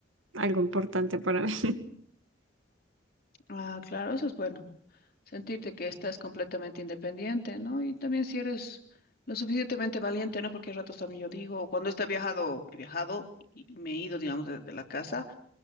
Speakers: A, on the right; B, on the left.
A: algo importante para <laughs> mí.
B: Ah, claro, eso es bueno. sentirte que estás completamente independiente, ¿no? Y también si eres lo suficientemente valiente, ¿no? Porque a ratos también yo digo, cuando he viajado, he viajado y me he ido, digamos, de, de la casa,